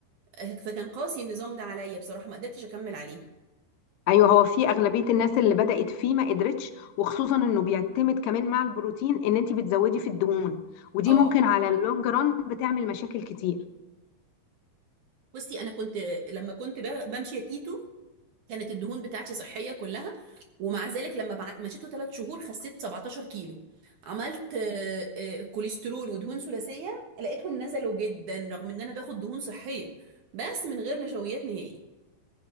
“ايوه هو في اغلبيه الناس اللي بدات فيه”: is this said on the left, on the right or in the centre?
Left